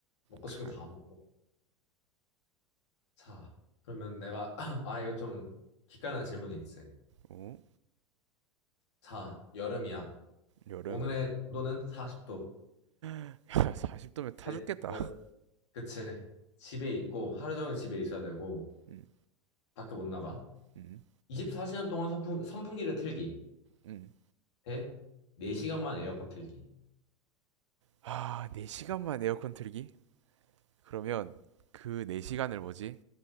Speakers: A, on the left (about 60°); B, on the right (about 65°).
A: 먹고
B: 캬.
A: 싶은 거 다 먹고. 자, 그러면 내가, <clears throat> 아, 이거 좀 기깔난 질문이 있지.
B: 오,
A: 자, 여름이야.
B: 여름.
A: 오늘의 온도는 40도.
B: <laughs> 야, 40도면 타
A: 네.
B: 죽겠다.
A: 여름. 그치. 집에 있고, 하루 종일 집에 있어야 되고,
B: 음,
A: 밖에 못 나가.
B: 음,
A: 24시간 동안 선풍, 선풍기를 틀기.
B: 음.
A: 대 4시간만 에어컨 틀기.
B: 아, 4시간만 에어컨 틀기? 그러면 그 4시간을 뭐지?